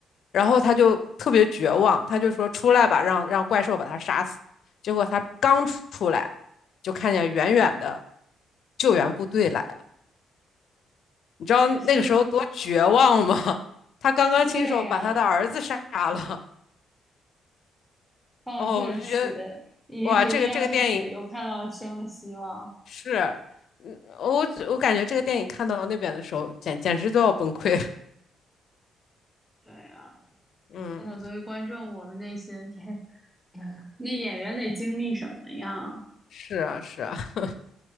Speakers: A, on the left; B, in the centre.
A: 然后他就特别绝望，他就说出来吧，让让怪兽把他杀死。结果他刚出来，就看见远远的救援部队来了，你知道那个时候多绝望吗？
B: 啊，这，
A: <laughs> 他刚刚亲手把他的儿子杀了，
B: 对呀，放弃了死的，
A: 哦，我就觉得。
B: 已经决定要去死，
A: 哇，这个这个电影
B: 又看到了生的希望。
A: 是，嗯，我我感觉这个电影看到那边的时候，简简直都要崩溃了。
B: 对呀，
A: 嗯，
B: 天呐，作为观众，我们内心天，<laughs> 那演员得经历什么呀？
A: 是啊，是啊。<laughs>